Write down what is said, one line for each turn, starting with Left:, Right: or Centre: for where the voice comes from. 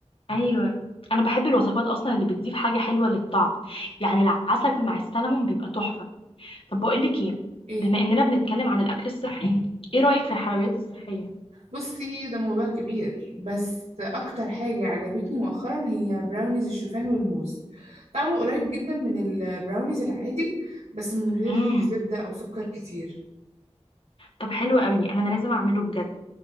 Left: ايوه انا بحب الوصفات اصلا اللي بتضيف حاجه حلوه للطعم يعني العسل مع السلمون بيبقى تحفه طب بقول لك ايه
Right: إيه
Left: بما اننا بنتكلم عن الاكل الصحي ايه رايك في الحلويات الصحيه
Right: بصي ده موضوع كبير بس اكتر حاجة عجبتني مؤخرا هي براونيز الشوفان والموز طعمه قريب جدا من البراونيز العادي بس من غير
Left: امم
Right: زبدة او سكر كتير
Left: طب حلو قوي انا أنا لازم اعمله بجد